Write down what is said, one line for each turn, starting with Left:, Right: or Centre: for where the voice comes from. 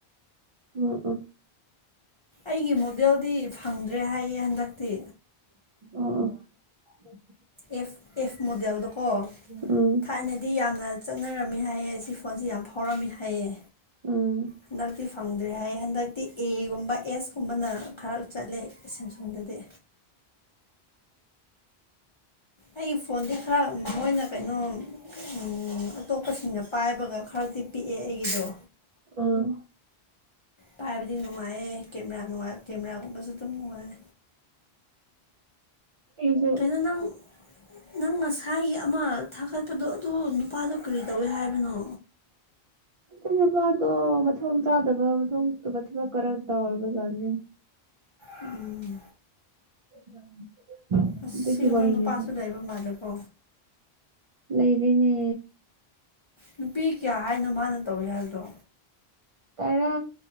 Right: ꯎꯝ ꯎꯝ
Left: ꯑꯩꯒꯤ ꯃꯣꯗꯦꯜꯗꯤ ꯐꯪꯗ꯭ꯔꯦ ꯍꯥꯏꯌꯦ ꯍꯟꯗꯛꯇꯤ
Right: ꯑ
Left: ꯑꯦꯐ ꯑꯦꯐ ꯃꯣꯗꯦꯜꯗꯣꯀꯣ
Right: ꯎꯝ
Left: ꯊꯥꯏꯅꯗꯤ ꯌꯥꯝꯅ ꯆꯠꯅꯔꯝꯃꯤ ꯍꯥꯏꯌꯦ ꯑꯁꯤ ꯐꯣꯟꯁꯦ ꯌꯥꯝ ꯐꯥꯎꯔꯝꯃꯤ ꯍꯥꯏꯌꯦ
Right: ꯎꯝ
Left: ꯍꯟꯗꯛꯇꯤ ꯐꯪꯗ꯭ꯔꯦ ꯍꯥꯏ ꯍꯟꯗꯛꯇꯤ ꯑꯦꯒꯨꯝꯕ ꯑꯦꯁ ꯀꯨꯝꯕꯅ ꯈꯔ ꯆꯠꯂꯤ ꯁꯦꯝꯁꯨꯡꯗꯗꯤ ꯑꯩ ꯐꯣꯟꯗꯤ ꯈꯔ ꯃꯣꯏꯅ ꯀꯩꯅꯣ ꯎꯝ ꯑꯇꯣꯞꯄꯁꯤꯡꯅ ꯄꯥꯏꯕꯒ ꯈꯔꯗꯤ ꯄꯤꯛꯑꯦ ꯑꯩꯒꯤꯗꯣ
Right: ꯎꯝ
Left: ꯄꯥꯏꯕꯗꯤ ꯅꯨꯡꯉꯥꯏꯌꯦ ꯀꯦꯃꯦꯔꯥ ꯅꯨꯡꯉꯥꯏ ꯀꯦꯃꯦꯔꯥꯒꯨꯝꯕꯁꯨ ꯑꯗꯨꯝ ꯅꯨꯡꯉꯥꯏ
Right: ꯑꯩꯁꯨ
Left: ꯉ ꯅꯪ ꯅꯪ ꯉꯁꯥꯏꯒꯤ ꯑꯃ ꯊꯥꯒꯠꯄꯗꯣ ꯑꯗꯨ ꯅꯨꯄꯥꯗꯣ ꯀꯔꯤ ꯇꯧꯏ ꯍꯥꯏꯕꯅꯣ
Right: ꯑꯩ ꯅꯨꯄꯥꯗꯣ ꯃꯊꯣꯡ ꯆꯥꯗꯕ ꯃꯊꯣꯡꯇꯕ ꯊꯕꯛ ꯈꯔ ꯇꯧꯔꯕꯖꯥꯠꯅꯤ
Left: ꯎꯝ
Right: <inaudible>
Left: ꯑꯁ
Right: ꯑꯗꯨꯒꯤ
Left: ꯁꯤꯒꯨꯝꯕ
Right: ꯋꯥꯔꯤꯅꯤꯗ
Left: ꯅꯨꯄꯥꯁꯨ ꯂꯩꯕ ꯃꯥꯜꯂꯦꯀꯣ
Right: ꯂꯩꯔꯤꯅꯦ
Left: ꯅꯨꯄꯤ ꯀꯌꯥ ꯍꯥꯏꯅꯣ ꯃꯥꯅ ꯇꯧꯏ ꯍꯥꯏꯕꯗꯣ
Right: ꯇꯔꯥ